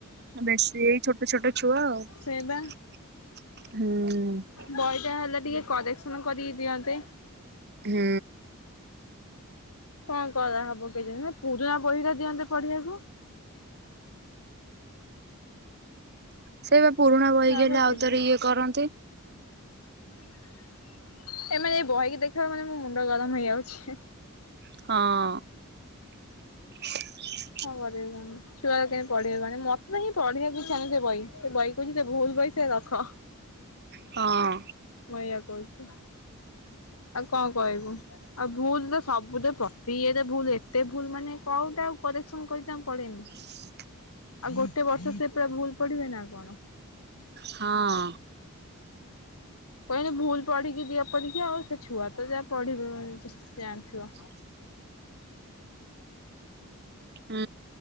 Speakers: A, on the right; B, on the left.
A: ବେଶୀ ଏଇ ଛୋଟ ଛୋଟ ଛୁଆ ଆଉ
B: ସେ ବା
A: ହୁଁ।
B: ବହି ଟା ହେଲେ ଟିକେ କରେକ୍ସନ କରିକି ଦିଅନ୍ତେ।
A: ହୁଁ।
B: କଣ କରା ହବ କେଜାଣି ହେ ପୁରୁଣା ବହିଟା ଦିଅନ୍ତେ ପଢ଼ିବାକୁ
A: ସେଇ ପା ପୁରୁଣା ବହିକି
B: ଛୁଆଙ୍କ
A: ହେଲେ ଆଉ
B: ଜୀବ
A: ଥରେ ଇଏ କରନ୍ତି।
B: <inaudible> ଏମାନେ ଏଇ ବହିକି ଦେଖିବା ମାନେ ମୋ ମୁଣ୍ଡ ଗରମ ହେଇଯାଉଛି।
A: ହଁ। <inaudible>
B: କଣ କରିବେ ତାହାନେ ଛୁଆ ପଢିବାକୁ କହେ ମତେ ତ କାହିଁ ପଢିବାକୁ ଇଛା ନାହିଁ ସେ ବହି ସେ ବହି କହୁଛି ସେ ଭୁଲ୍ ବହି କି ସେ ରଖ।
A: ହଁ।
B: ମୁଁ ଏଇଆ କହୁଛି ଆଉ କଣ କହିବୁ ଆଉ ଭୁଲ୍ ତ ସବୁଟା ପ୍ରତିଇଏରେ ଭୁଲ୍ ଏତେ ଭୁଲ୍ ମାନେ କୋଉଟା କୁ ଆଉ କରେକ୍ସନ୍ କରି ତାଙ୍କୁ ପଢ଼େଇମୁ।
A: <inaudible>
B: ଆଉ ଗୋଟେ ବର୍ଷ ସେ ପୁରା ଭୁଲ୍ ପଢ଼ିବେ ନା କଣ?
A: ହଁ
B: କହିନି ଭୁଲ୍ ପଢିକି ଦିଅ ପରିକ୍ଷା ଆଉ ସେ ଛୁଆ ତ ଯାହା ପଢିବ ଜାଣିଥିବ।
A: <inaudible> ହଁ।